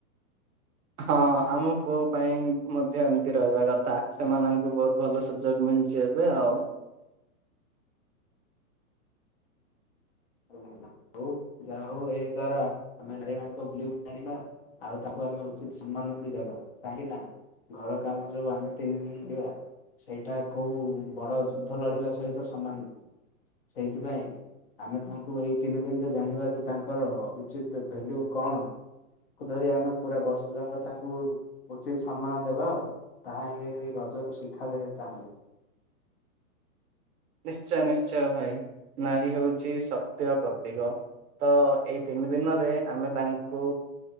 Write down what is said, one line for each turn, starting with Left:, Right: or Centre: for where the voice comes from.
Right: ହଁ ଆମ ପୁଅ ପାଇଁ ମଧ୍ୟ ଏମିତି ରହିବା କଥା ସେମାନଙ୍କୁ ବହୁତ ଭଲ ସୁଯୋଗ ମିଳିଛି ଏବେ ଆଉ
Left: ହଉ ଯାହା ହଉ ଏଇ ଦ୍ଵାରା ଆମେ ନାରୀ ମଙ୍କ ବୁ ଆଣିବା ଆଉ ତାଙ୍କୁ ଆମେ ଉଚିତ ସମ୍ମାନ ବି ଦେବା କାହିଁକି ନା ଘର କାମ ଯୋଉ ଆମେ ତିନି ଦିନ କରିବା ସେଇଟା କୋଉ ବଡ ଯୁଦ୍ଧ ଲଢିବା ସହିତ ସମାନ ସେଇଥିପାଇଁ ଆମେ ତାଙ୍କୁ ଏଇ ତିନି ଦିନ ଜାଣିବା ଯେ ତାଙ୍କର ଉଚିତ ଭ୍ୟାଲ୍ୟୁ କଣ ଧରି ଆମେ ପୁରା ବର୍ଷ ଯାକ ତାଙ୍କୁ ଉଚିତ ସମ୍ମାନ ଦେବା ଆଉ ତାହା ରଜରୁ ଶିଖାଯାଏ ତାହେଲେ
Right: ନିଶ୍ଚୟ ନିଶ୍ଚୟ ଭାଇ ନାରୀ ହଉଛି ଛି ଶକ୍ତିର ପ୍ରତୀକ ତ ଏଇ ତିନି ଦିନରେ ଆମେ ତାଙ୍କୁ